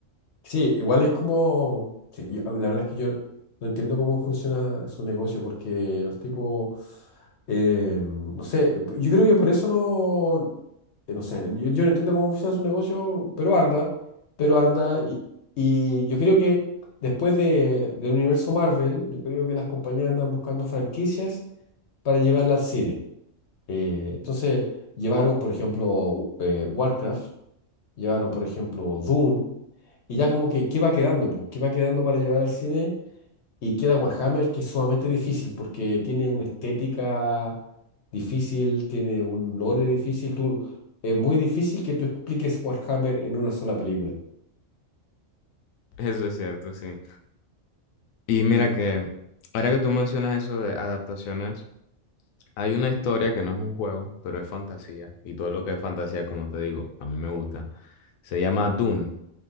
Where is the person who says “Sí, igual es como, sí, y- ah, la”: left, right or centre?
Left